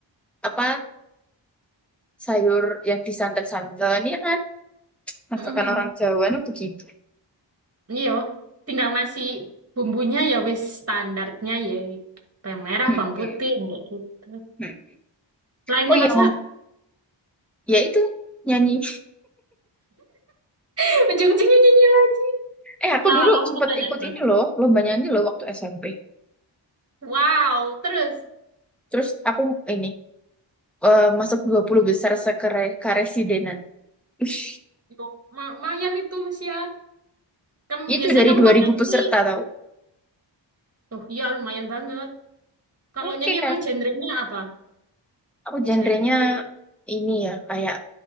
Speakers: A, in the centre; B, on the right.
A: apa sayur yang disanten-santen ya kan masakan
B: Mm-mm.
A: orang Jawa itu begitu
B: Iya. Tinggal ngasih bumbunya ya wis standarnya ya bawang merah,
A: Hmm,
B: bawang
A: hmm,
B: putih kayak gitu.
A: hmm.
B: Lainnya
A: oh yang
B: masak
A: ngom- ya itu nyanyi
B: <laughs> ujung-ujungnya nyanyi lagi.
A: eh aku
B: Nah,
A: dulu
B: Wak, kamu
A: sempet
B: mau tanya
A: ikut
B: apa?
A: ini loh lomba nyanyi loh waktu SMP
B: Wow, terus
A: terus aku ini eh, masuk 20 besar sekere- karesidenan Ih,
B: Yuk, ma- lumayan itu Mesian. Kamu
A: itu
B: biasanya
A: dari
B: kamu
A: dua
B: kalau
A: ribu
B: nyanyi,
A: peserta tau
B: oh iya lumayan banget. Kalau
A: oke
B: nyanyi
A: kan
B: emang genrenya apa?
A: aku genrenya
B: Gender.
A: ini ya kayak